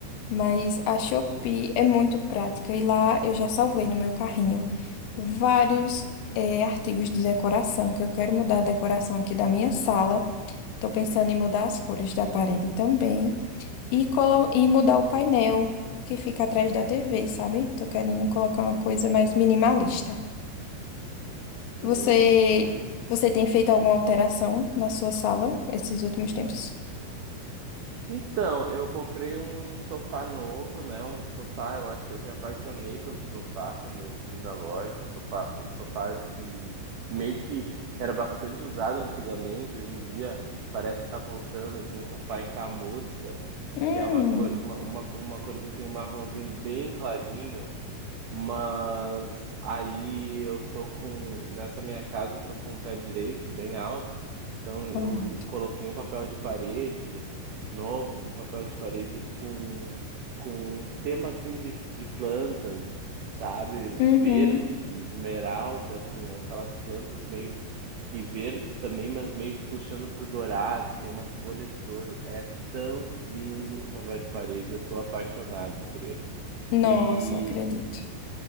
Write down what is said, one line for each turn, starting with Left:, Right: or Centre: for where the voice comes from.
Left: Mas a Shopee é muito prática e lá eu já salvei no meu carrinho vários eh, artigos de decoração, que eu quero mudar a decoração aqui da minha sala. Estou pensando em mudar as cores da parede também e, colo- e mudar o painel que fica atrás da TV, sabe? Estou querendo colocar uma coisa mais minimalista.
Right: Hum.
Left: Você, você tem feito alguma alteração na sua sala esses últimos tempos?
Right: Então, eu comprei um sofá novo, né? Um sofá, eu acho, eu me apaixonei pelo sofá quando eu vi na loja, um sofá, um sofá de meio que era bastante usado antigamente, hoje em dia parece estar voltando assim, um sofá em camurça,
Left: Hum,
Right: que é uma cor, uma, uma, uma corzinha assim, um marronzinho bem clarinho. Mas aí eu tô com, nessa minha casa eu tô com um pé direito bem alto, então eu
Left: pronto.
Right: coloquei um papel de parede novo, um papel de parede com, com um tema assim de, de plantas, sabe?
Left: Uhum.
Right: Verde, esmeralda, com aquelas plantas meio que verdes também, mas meio que puxando pro dourado, tem umas folhas de ouro. É tão lindo o papel de parede, eu tô apaixonado por ele.
Left: Nossa,
Right: E,
Left: acredito.